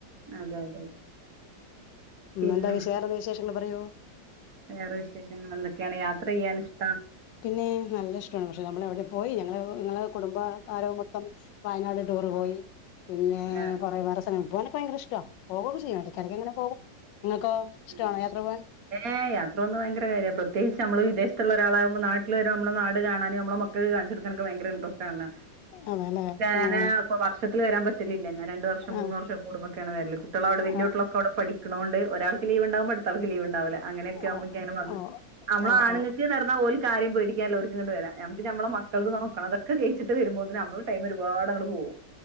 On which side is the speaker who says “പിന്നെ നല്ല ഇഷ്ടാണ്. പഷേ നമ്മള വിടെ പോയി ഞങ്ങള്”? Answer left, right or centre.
Left